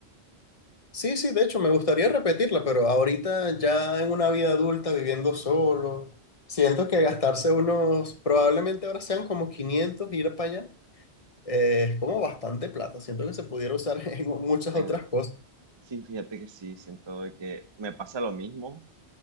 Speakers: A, on the left (about 35°); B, on the right (about 30°).
A: Sí, sí, de hecho me gustaría repetirla, pero ahorita ya en una vida adulta viviendo solo, siento que gastarse unos, probablemente ahora sean como 500 ir para allá, eh, es como bastante plata, siento que se pudiera usar <laughs> en muchas
B: En-
A: otras cosas.
B: sí, fíjate que sí, siento de que me pasa lo mismo.